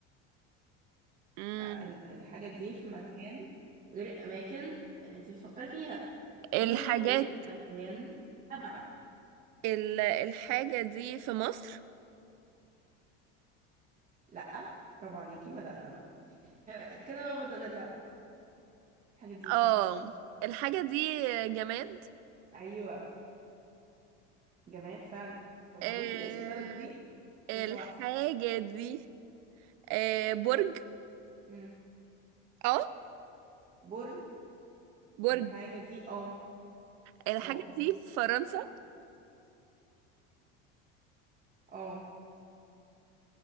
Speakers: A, on the right (about 60°); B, on the right (about 25°).
A: مم.
B: فالحاجة دي في مكان غير الأماكن اللي انت بتفكري فيها
A: الحاجات
B: يمكن مكان أبعد
A: ال- الحاجة دي في مصر
B: لا برافو عليكي بدأنا بقى كده بقى بدأنا اللعبة بقى الحاجة دي مش
A: اه
B: في مصر
A: الحاجة دي جماد
B: أيوة جماد فعلا برافو
A: آه،
B: عليكي ده ايه الشطارة دي
A: الحاجة
B: كده سبع أسئلة
A: دي آه، برج
B: مم.
A: اه
B: برج
A: برج
B: الحاجة دي اه
A: الحاجة
B: اه
A: دي في فرنسا
B: اه